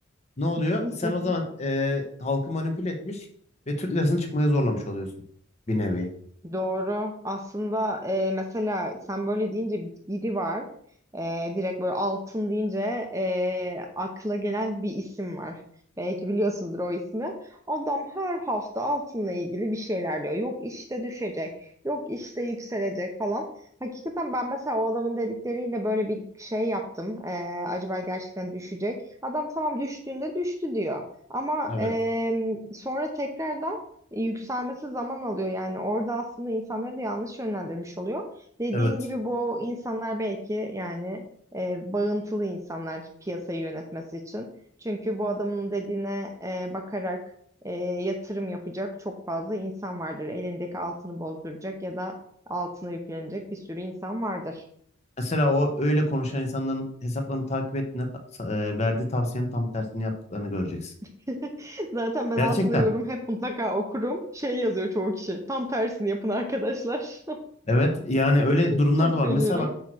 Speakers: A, on the left; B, on the right.
A: Ne oluyor?
B: <laughs>
A: Sen o zaman e, halkı manipüle etmiş ve Türk lirasını çıkmaya zorlamış oluyorsun bir nevi.
B: Doğru. Aslında e, mesela sen böyle deyince biri var. E, direkt böyle altın deyince e, akla gelen bir isim var. Belki biliyorsundur o ismi. Adam her hafta altınla ilgili bir şeyler diyor. Yok işte düşecek, yok işte yükselecek falan. Hakikaten ben mesela o adamın dedikleriyle böyle bir şey yaptım. E, acaba gerçekten düşecek? Adam tamam düştüğünde düştü diyor. Ama
A: Evet.
B: e, sonra tekrardan e, yükselmesi zaman alıyor yani orada aslında insanları da yanlış yönlendirmiş oluyor. Dediğin
A: Evet.
B: gibi bu insanlar belki yani e, bağıntılı insanlar piyasayı yönetmesi için. Çünkü bu adamın dediğine e, bakarak e, yatırım yapacak çok fazla insan vardır. Elindeki altını bozduracak ya da altına yüklenecek bir sürü insan vardır.
A: Mesela o öyle konuşan insanların hesaplarını takip ettiğinde ta- sa- e, verdiği tavsiyenin tam tersini yaptıklarını göreceksin.
B: <laughs> Zaten ben
A: Gerçekten.
B: altında yorum hep mutlaka okurum. Şey yazıyor çoğu kişi. Tam tersini yapın arkadaşlar.
A: Evet yani öyle
B: <laughs>
A: durumlar
B: Çok
A: da var.
B: görüyorum.
A: Mesela bak